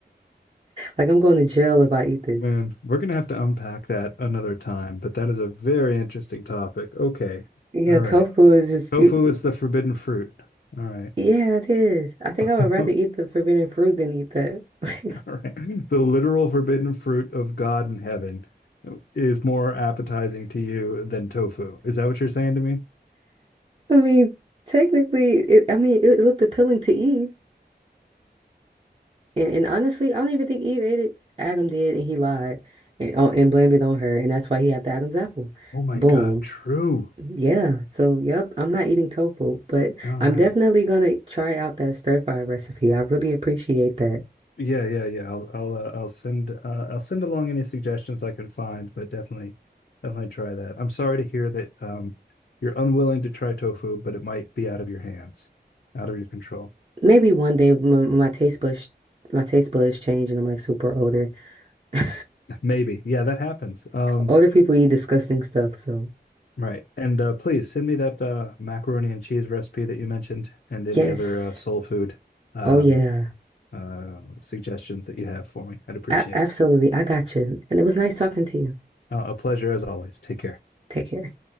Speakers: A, on the right; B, on the left.
A: like I'm going to jail if I eat this.
B: Man, we're gonna have to unpack that another time, but that is a very interesting topic. Okay.
A: Yeah,
B: All
A: tofu
B: right.
A: is just
B: Tofu
A: you,
B: is the forbidden fruit. All right.
A: yeah, it is. I think
B: <laughs>
A: I would rather
B: All
A: eat the forbidden fruit than eat that. <laughs>
B: right. The literal forbidden fruit of God in heaven is more appetizing to you than tofu. Is that what you're saying to me?
A: I mean, technically, it, I mean, it looked appealing to Eve, and, and honestly, I don't even think Eve ate it. Adam did, and he lied and oh, and blamed it on her, and that's why he had the Adam's apple.
B: Oh my
A: Boom.
B: Mm. God, true.
A: Yeah. So, yep, I'm not eating tofu, but
B: All
A: I'm
B: right.
A: definitely gonna try out that stir fry recipe. I really appreciate that.
B: Yeah, yeah, yeah. I'll I'll uh, I'll send uh, I'll send along any suggestions I can find, but definitely definitely try that. I'm sorry to hear that um you're unwilling to try tofu, but it might be out of your hands, out of your control.
A: Maybe one day my, my taste buds my taste buds change and I'm like super older. <laughs>
B: <laughs> Maybe. Yeah, that happens. Um
A: Older people eat disgusting stuff, so
B: right. And uh please send me that uh macaroni and cheese recipe that you mentioned and any
A: yes.
B: other uh, soul food um
A: Oh yeah.
B: uh suggestions that you have for me. I'd appreciate
A: A absolutely.
B: it.
A: I got you. And it was nice talking to you.
B: Uh, a pleasure as always. Take care.
A: Take care.